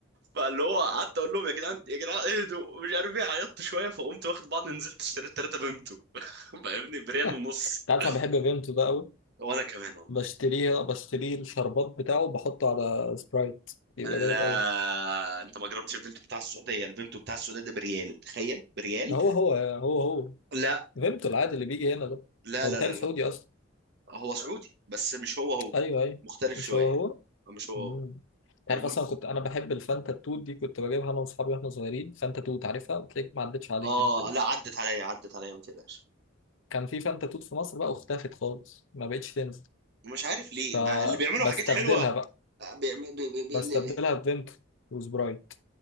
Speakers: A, on the right; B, on the left.
A: فاللي هو قعدت اقول لهم يا جدعان يا جدعان اهدوا مش عارف ايه عيطت شويه فقمت واخد بعض نزلت اشتريت ثلاثه بيمتو <laughs> فاهمني بريال
B: <laughs> انت
A: ونص
B: عارف
A: <laughs>
B: انا بحب بنته ده قوي
A: وانا كمان والله
B: بشتريها بشتريه الشربات بتاعه وبحطه على سبرايت بيبقى
A: لا
B: جامد قوي
A: انت ما جربتش الفينتو بتاع السعوديه الفينتو بتاع السعوديه ده بريال تخيل بريال
B: هو هو هو هو
A: لا
B: فيمتو العادي اللي بيجي هنا ده
A: لا
B: هو
A: لا
B: بيتهيألي
A: لا
B: سعودي
A: لا
B: اصلا
A: هو سعودي بس مش هو هو
B: ايوه ايوه
A: مختلف
B: مش
A: شويه
B: هو هو
A: مش هو
B: امم
A: هو
B: تعرف
A: فاهمني
B: اصلا كنت انا بحب الفانتا توت دي كنت بجيبها انا واصحابي واحنا صغيرين فانتا توت عارفها تلاقيك ما عدتش عليك
A: اه
B: انت دي
A: لا عدت عليا عدت عليا ما تقلقش
B: كان في فانتا توت في مصر بقى واختفت خالص ما بقتش تنزل
A: مش عارف ليه
B: فبستبدلها
A: ما اللي بيعملوا حاجات حلوه
B: بقى
A: بيعم... بي... بي... بي...
B: بستبدلها
A: اللي بي...
B: بفيمتو وسبرايت